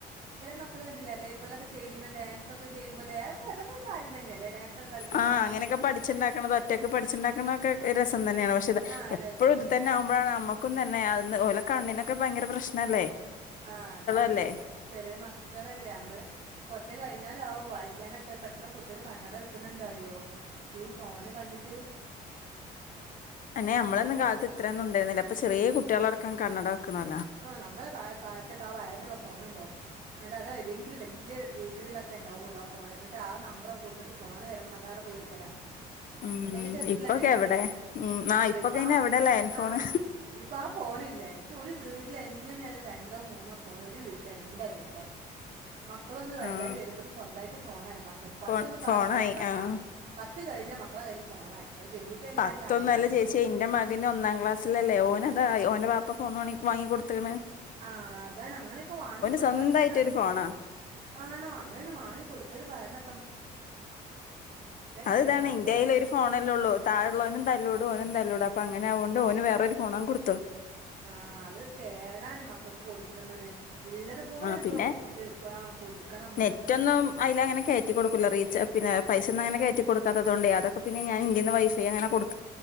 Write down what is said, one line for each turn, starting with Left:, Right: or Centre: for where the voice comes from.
Right: മക്കൾ കണ്ടില്ലേ അതേപോലൊക്കെ ചെയ്യുന്ന ഡാൻസ് ഒക്കെ ചെയ്യുമ്പോലെ അതെ അതൊക്കെ കാര്യം തന്നെയല്ലേ. ഡാൻസ് ഒക്കെ കളിക്കുമ്പോൾ
Left: ആഹ്
Right: മക്കള്
Left: അങ്ങനെയൊക്കെ പഠിച്ചിണ്ടാക്കണത് ഒറ്റക്ക് പഠിച്ചിണ്ടാക്കണ ഒക്കെ റിസ തന്നെയാണ് പക്ഷെ ഇത്
Right: ആ
Left: എപ്പോഴും
Right: രസാണ്
Left: ഇത് തന്നെ ആവുമ്പോഴാണ് നമ്മുക്കും തന്നെ ഓലെ കണ്ണിനോക്കെ ഭയങ്കര പ്രശ്നല്ലേ.
Right: ആഹ് അതാണ്
Left: അല്ലേ
Right: ചെറിയ മക്കളല്ലേ. നമ്മള് കൊറച്ച് കഴിഞ്ഞാലാവും വായി ക്കാനക്കെ എത്ര കുട്ടികള് കണ്ണട വെക്കുന്നുണ്ട് അറിയോ ഈ ഫോണ് കണ്ടിട്ട്. <inaudible>
Left: അയ്ന് നമ്മളൊന്നും കാലത്ത് ഇത്രയന്നും ഉണ്ടാരുന്നില്ല ഇപ്പൊ ചെറിയ കുട്ടികളടക്കം കണ്ണട വെക്കണല്ലോ
Right: ആ നമ്മളെ കാലത്തൊക്കെ ആ വയറുള്ള ഫോണുണ്ടാവും ന്നി ട്ട് അതേതെങ്കിലും വല്യ വീട്ടിലൊക്കെ ഉണ്ടാവൊള്ളൂ ആ ഫോൺ എന്നിട്ട് ആ നമ്പറ് കൊടുത്തിട്ട് ഫോൺ വരുമ്പോ നമ്മളവിടെ പോയി ഇര്ക്കും. ചെല
Left: ഉം
Right: എന്റൊക്കെ ചെറുപ്പത്തില്
Left: ഇപ്പൊക്കെ
Right: അങ്ങനെയ്ന്നുട്ടോ
Left: എവിടെ ഉം
Right: ആ
Left: ഇപ്പൊക്കെ
Right: ഇപ്പൊ
Left: ഇനി
Right: ആ
Left: എവിടെ
Right: ഫോ
Left: ലാൻഡ്
Right: ആഹ്
Left: ഫോണ്
Right: ഇപ്പൊ ആ ഫോ ണില്ല ഇപ്പൊ ഒരു വീട്ടിൽ എങ്ങനെയാലും രണ്ടോ മൂന്നോ ഫോൺ ഒരു വീട്ടിൽ എന്തായാലും ഉണ്ടാവും. മക്കളൊന്ന് വലുതായി
Left: ആഹ്
Right: വരുമ്പോക്ക് സ്വന്തായിട്ട് ഫോണായി മക്കൾക്ക് പത്തൊന്ന്
Left: ഫോ
Right: പാസ്സായ
Left: ഫോണായി
Right: പത്ത
Left: ആഹ്
Right: പ ത്ത് കഴിഞ്ഞാ മക്കളെ കയ്യില് ഫോണായി. അത് പെൺകുട്ടിയായാലും
Left: പത്തൊന്നല്ല
Right: വേണ്ടില്ല ആൺകുട്ടിയായാലും
Left: ചേച്ചി
Right: വേണ്ടില്ല
Left: എന്റെ മകന് ഒന്നാം ക്ലാസ്സിലല്ലേ ഓന് ഫോണായി ഓൻ്റെ ബാപ്പ ഫോൺ വാണി വാങ്ങിക്കോട്ത്ത്ണ്.
Right: ആഹ് അതാണ് അങ്ങനൊക്കെ വാങ്ങി കൊടുക്കാക്ക
Left: സ്വന്തായിട്ടൊരു
Right: നല്ലേ
Left: ഫോണാ
Right: ആണോ അങ്ങനൊന്നും വാങ്ങി കൊടുക്കരുത് പറയണ
Left: അത്
Right: കഴിഞ്ഞ
Left: ഇതാണ്
Right: മക്കള്
Left: എന്റയ്യിൽ ഒരു ഫോണല്ലേ ഒള്ളു തായേള്ളോനും തല്ലുടു. അപ്പോനും താല്ലൂടാ അപ്പങ്ങനാവോണ്ട് ഓന് വേറൊരു ഫോണങ് കൊട്ത്തു.
Right: ആഹ് അത് കേടാണ് മക്കക്ക് കൊടുക്കുന്നത്. ഉള്ളതുപോലെ
Left: ആ
Right: നമ്മൾ
Left: പിന്നെ
Right: ഒപ്പിത് ആ, കൊടുക്കണം നമ്മള്
Left: നെറ്റൊന്നും അയിലങ്ങനെ കേറ്റി കൊടുക്കൂല റി പിന്നെ പൈസ ഒന്നും അങ്ങനെ കേറ്റികൊടക്കാത്തതോണ്ട് അതൊക്കെ പിന്നെ ഞാൻ ഇന്റീന്ന് വൈഫൈ അങ്ങനെ കൊടുക്കും.